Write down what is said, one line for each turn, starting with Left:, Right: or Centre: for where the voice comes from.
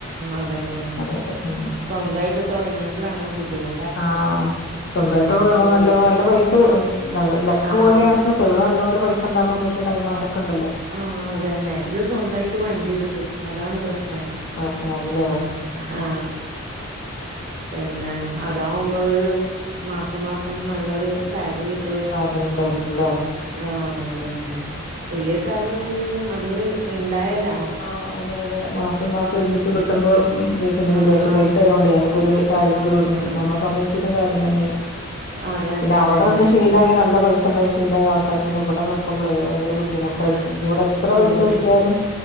Right: അതെന്നെ
Left: അതെ അതെ ഉം
Right: സ്വന്തായിട്ട് തൊടങ്ങിയപ്പളാണ് ബുദ്ധിമു
Left: ആ സ്വന്തമായിട്ട് തുടങ്ങുമ്പോൾ നല്ല നല്ല പൈസ നല്ല ലക്ക്
Right: ആഹ്
Left: പോലെയാണ് ചെലത് നല്ല പോലെ പൈസ ഉണ്ടാക്കാൻ പറ്റിയ ടൈം അങ്ങനൊക്കെ ഉണ്ടല്ലോ.
Right: ആ അതെന്നെ ഇത് സ്വന്തായിട്ട് വണ്ടി എടുത്ത് അതാണ് പ്രശ്നായത്
Left: ആഹ് ഫാഷനായില്ലേ
Right: ആ ആ. പിന്നെ അതാവുമ്പോ ഒരു മാസം മാസം നല്ലൊരു സാലറി കിട്ടു
Left: സാലറിണ്ടായിരുന്നു അല്ലേ
Right: ആഹ അതെന്നെ വലിയ സാലറി ഒന്നുംല്ലെങ്കിലും അതൊരു ഉണ്ടായല്ല
Left: ആ അതെ അതെ മാസം മാസം ഒരുമിച്ച് കിട്ടുമ്പോ പിന്നെ
Right: ആഹ്
Left: വിദേശ
Right: ആഹ്
Left: പൈസ ആയോണ്ടേ നമുക്കൊരു കാര്യത്തില്
Right: ആഹ്
Left: വിടും
Right: ആഹ്
Left: നമ്മള സംബന്ധിച്ചിട്ട് കാര്യം തന്നെ
Right: അതന്നെ
Left: പിന്നെ അവിടെ
Right: അതന്നെ
Left: നിന്ന് ശീലായി നല്ല പൈസ ഉണ്ട ശീലായ ആൾക്കാര് ഇവടെ നോക്കുമ്പോള ഭയങ്കര ബുദ്ധിമുട്ടായിരിക്കും
Right: ആഹ്
Left: ഇവിടെ എത്ര
Right: ബുദ്ധിമുട്ട്
Left: പൈസ കിട്ടിയാലും